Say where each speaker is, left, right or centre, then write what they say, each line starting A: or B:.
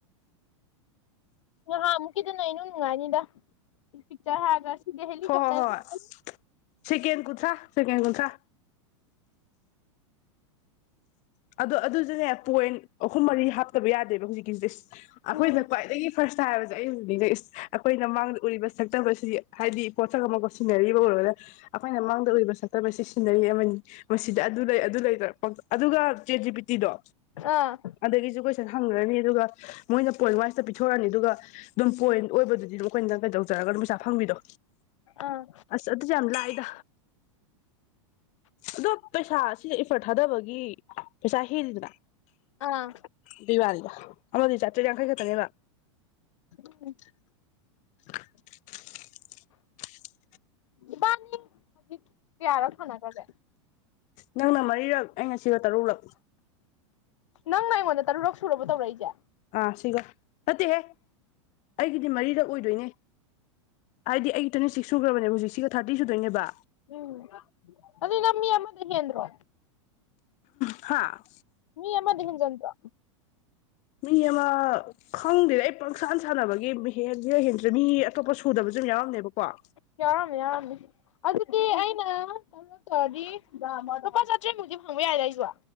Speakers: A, on the left (about 75°); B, on the left (about 50°).
A: ꯉꯍꯥꯟꯃꯨꯛꯀꯤꯗꯨꯅ ꯏꯅꯨꯡ ꯅꯨꯡꯉꯥꯏꯅꯤꯗ ꯄꯤꯛꯆꯔ ꯍꯥꯏꯔꯒ ꯁꯤꯗꯤ ꯍꯦꯂꯤꯀꯣꯞꯇꯔ
B: ꯍꯣꯏ ꯍꯣꯏ ꯍꯣꯏ ꯁꯦꯀꯦꯟ ꯀꯨꯟꯊ꯭ꯔꯥ ꯁꯦꯀꯦꯟ ꯀꯨꯟꯊ꯭ꯔꯥ ꯑꯗꯣ ꯑꯗꯨꯁꯨꯅꯦ ꯄꯣꯏꯟ ꯑꯍꯨꯝ ꯃꯔꯤ ꯍꯥꯞꯇꯕ ꯌꯥꯗꯦꯕ ꯍꯧꯖꯤꯛꯀꯤꯁꯗꯤꯁ ꯑꯩꯈꯣꯏꯅ
A: ꯎꯝ
B: ꯈ꯭ꯋꯥꯏꯗꯒꯤ ꯐꯥꯔꯁꯇ ꯍꯥꯏꯕꯁꯦ ꯑꯩ ꯍꯧꯖꯤꯛ ꯅꯤꯡꯖꯤꯡꯉꯤ ꯏꯁ ꯑꯩꯈꯣꯏꯅ ꯃꯥꯡꯗ ꯎꯔꯤꯕ ꯁꯛꯇꯝ ꯑꯁꯤ ꯍꯥꯏꯗꯤ ꯄꯣꯠꯁꯛ ꯑꯃꯒ ꯁꯤꯟꯅꯔꯤꯕꯨ ꯑꯣꯏꯔꯣꯔꯥ ꯑꯈꯣꯏꯅ ꯃꯥꯡꯗ ꯑꯣꯏꯔꯤꯕ ꯁꯛꯇꯝ ꯁꯤ ꯁꯤꯟꯅꯔꯤ ꯑꯃꯅꯤ ꯃꯁꯤꯗ ꯑꯗꯨ ꯂꯩ ꯑꯗꯨ ꯂꯩ ꯇꯧꯔ ꯄꯪꯇꯧ ꯑꯗꯨꯒ ꯆꯦꯠ ꯖꯤ ꯄꯤ ꯇꯤꯗꯣ
A: ꯑꯥ
B: ꯑꯗꯒꯤꯁꯨ ꯀꯣꯏ ꯁꯟ ꯍꯪꯒ꯭ꯔꯅꯤ ꯑꯗꯨꯒ ꯃꯣꯏꯅ ꯄꯣꯏꯟ ꯋꯥꯏꯁꯇ ꯄꯤꯊꯣꯔꯛꯅꯤ ꯑꯗꯨꯒ ꯑꯗꯨꯝ ꯄꯣꯏꯟ ꯑꯣꯏꯕꯗꯨꯗꯤ ꯗꯨꯝ ꯑꯩꯈꯣꯏꯅ ꯀꯩꯗꯧꯖꯔꯒ ꯑꯗꯨꯝ ꯄꯩꯁꯥ ꯐꯪꯕꯤꯗꯣ
A: ꯑꯥ
B: ꯑꯁ ꯑꯗꯨꯁꯨ ꯌꯥꯝ ꯂꯥꯏꯗ ꯑꯗꯣ ꯄꯩꯁꯥ ꯁꯤꯁꯦ ꯏꯐꯔꯠ ꯊꯥꯗꯕꯒꯤ ꯄꯩꯁꯥ ꯍꯦꯜꯂꯤꯗꯅ
A: ꯑꯥ
B: ꯑꯗꯨꯏ ꯋꯥꯅꯤꯗ ꯑꯃꯗꯨꯗꯤ ꯆꯥꯇ꯭ꯔꯦꯠ ꯌꯥꯡꯈꯩ ꯈꯇꯅꯦꯕ
A: ꯍꯝ <inaudible>
B: <inaudible>
A: ꯏꯕꯥꯅꯤꯛ ꯍꯨꯖꯤꯛ ꯀꯌꯥꯔꯛ ꯁꯥꯟꯅꯒꯔꯒꯦ
B: ꯅꯪꯅ ꯃꯔꯤꯔꯛ ꯑꯩꯅꯥ ꯁꯤꯒ ꯇꯔꯨꯛꯂꯛ
A: ꯅꯪꯅ ꯑꯩꯉꯣꯟꯗ ꯇꯔꯨꯨꯔꯛ ꯁꯨꯔꯕ ꯇꯧꯔꯛꯏꯖꯦ
B: ꯑꯥ ꯁꯤꯒ ꯅꯠꯇꯦꯍꯦ ꯑꯩꯒꯤꯗꯤ ꯃꯔꯤꯔꯛ ꯑꯣꯏꯗꯣꯏꯅꯦ ꯍꯥꯏꯗꯤ ꯑꯩꯒꯤ ꯇ꯭ꯋꯦꯟꯇꯤ ꯁꯤꯛꯁ ꯁꯨꯈ꯭ꯔꯕꯅꯦꯕ ꯍꯧꯖꯤꯛꯁꯤꯒ ꯊꯥꯔꯇꯤ ꯁꯨꯗꯣꯏꯅꯦꯕ
A: ꯎꯝ ꯑꯗꯨ ꯅꯪ ꯃꯤ ꯑꯃꯗ ꯍꯦꯟꯗ꯭ꯔꯣ
B: ꯍꯥꯥ
A: ꯃꯤ ꯑꯃꯗ ꯍꯦꯟꯖꯟꯗ꯭ꯔꯣ
B: ꯃꯤ ꯑꯃ ꯈꯪꯗꯦꯗ ꯑꯩ ꯄꯪꯁꯥꯟ ꯁꯥꯟꯅꯕꯒꯤ ꯍꯦꯟꯂꯤꯔꯥ ꯍꯦꯟꯗ꯭ꯔꯤꯔ ꯃꯤ ꯑꯇꯣꯞꯄ ꯁꯨꯗꯕꯁꯨ ꯑꯗꯨꯨꯝ ꯌꯥꯎꯔꯝꯅꯦꯕꯀꯣ
A: ꯌꯥꯎꯔꯝꯅꯤ ꯌꯥꯎꯔꯝꯅꯤ ꯑꯗꯨꯗꯤ ꯑꯩꯅ ꯇꯧꯔꯗꯤ ꯂꯨꯄꯥ ꯆꯥꯠꯇ꯭ꯔꯦꯕꯨꯗꯤ ꯐꯪꯕ ꯌꯥꯏꯗ ꯑꯩꯁꯨ